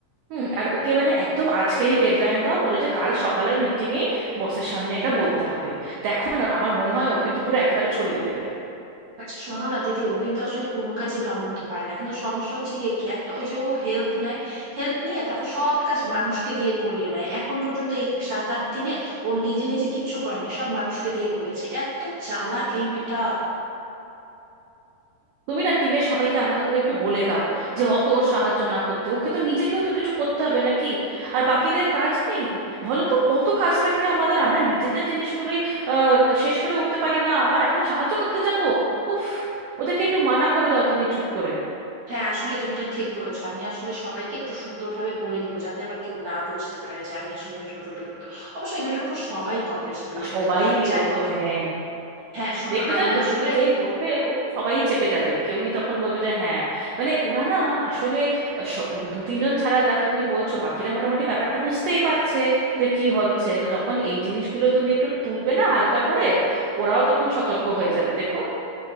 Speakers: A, on the right; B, on the right.
A: হুম আর ওকে মানে একদম আজকেরই ডেডলাইন দাও বলো যে কাল সকালের মিটিংয়েই বসের সামনে এটা বলতে হবে দেখো না আমার মনে হয় ও কিন্তু পুরো একেবারে ছড়িয়ে দেবে
B: আচ্ছা শোনো না দিদি ও কিন্তু আসলে কোনো কাজই ভালো মতো পারে না কিন্তু সমস্যা হচ্ছে গিয়ে কি একটা ওই যে ও হেল্প নেয় হেল্প নিয়ে তারপর সব কাজ মানুষকে দিয়ে করিয়ে নেয় এখন পর্যন্ত এই সাত আট দিনে ও নিজে নিজে কিচ্ছু করেনি সব মানুষকে দিয়ে করিয়েছে এত চালাক এই মেয়েটা
A: তুমি না টিমের সবাইকে আলাদা করে একটু বলে দাও যে অত ওর সাহায্য না করতে ওকে তো নিজেকেও তো কিছু করতে হবে নাকি আর বাকিদের কাজ নেই বলো তো কত কাজ থাকে আমাদের আমরা নিজেদের জিনিসগুলোই আহ, শেষ করে উঠতে পারি না আবার এখন সাহায্য করতে যাবো উফ ওদেরকে একটু মানা করে দাও তুমি চুপ করে
B: হ্যাঁ আসলে তুমি এটা ঠিক বলেছো আমি আসলে সবাইকে একটু সুন্দরভাবে বলে দিব যাতে আবার কেউ না বুঝতে পারে যে আমি আসলে এই মেয়েটার উপর বিরক্ত অবশ্যই মেয়েটার উপর সবাই কম বেশি বিরক্ত
A: আর সবাই বিরক্ত
B: যাই হোক
A: হ্যাঁ
B: হ্যাঁ শোনো
A: দেখবে
B: আমি
A: জানো তো
B: আসলে
A: তুমি যেই বলবে ও সবাই চেপে যাবে কেউই তখন বলবে যে হ্যাঁ মানে ওরা না আসলে সব- মানে দু তিনজন ছাড়া যা তুমি বলছো বাকিরা মোটামুটি ব্যাপারটা বুঝতেই পারছে যে কি হচ্ছে তো যখন এই জিনিসগুলো তুমি একটু তুলবে না হালকা করে ওরাও তখন সতর্ক হয়ে যাবে দেখো